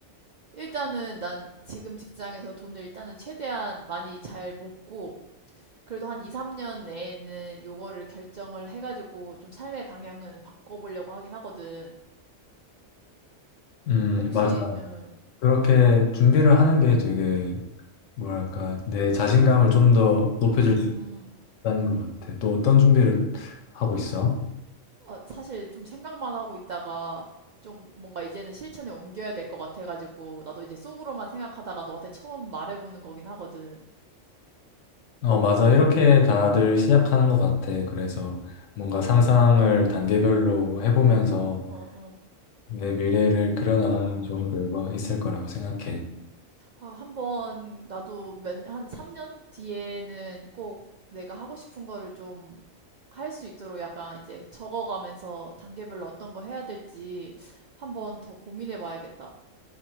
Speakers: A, on the right (about 85°); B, on the left (about 75°).
A: 일단은 난 지금 직장에서 돈을 일단은 최대한 많이 잘 모으고, 그래도 한 2, 3년 내에는 요거를 결정을 해가지고 좀 삶의 방향은 바꿔보려고 하긴 하거든.
B: 음,
A: 혹시
B: 맞아.
A: 음,
B: 그렇게 준비를 하는 게 되게 뭐랄까, 내 자신감을 좀 더 높여줄
A: 음,
B: 수 있다는 것 같아. 또 어떤 준비를 하고 있어?
A: 어, 사실 좀 생각만 하고 있다가 좀 뭔가 이제는 실천에 옮겨야 될 것 같아가지고 나도 이제 속으로만 생각하다가 너한테 처음 말해보는 거긴 하거든.
B: 어, 맞아. 이렇게 다들 시작하는 것 같아. 그래서 뭔가 상상을 단계별로 해보면서
A: 어, 어.
B: 내 미래를 그려나가면 좋은 결과 있을 거라고 생각해.
A: 아, 한번 나도 몇, 한 3년 뒤에는 꼭 내가 하고 싶은 거를 좀 할 수 있도록 약간 이제 적어가면서 단계별로 어떤 거 해야 될지 한번 더 고민해 봐야겠다.